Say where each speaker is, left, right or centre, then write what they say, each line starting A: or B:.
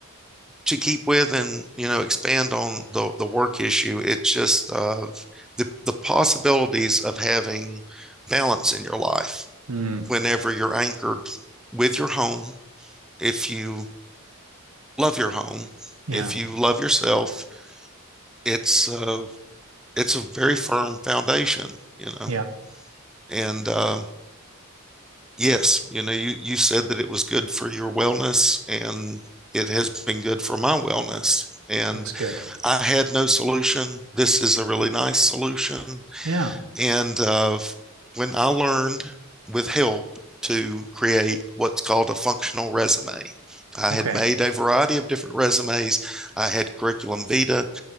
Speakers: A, in the centre; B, on the right.
A: to keep with and you know expand on the, the work issue it's just uh, the, the possibilities of having balance in your life
B: mm,
A: whenever you're anchored with your home if you love your home,
B: yeah,
A: if you love yourself, it's uh, it's a very firm foundation, you know.
B: yeah,
A: And uh, yes, you know, you you said that it was good for your wellness, and it has been good for my wellness. And
B: that's good.
A: I had no solution. This is a really nice solution.
B: Yeah,
A: And uh, when I learned with help to create what's called a functional resume, I
B: okay.
A: had made a variety of different resumes. I had curriculum vitae,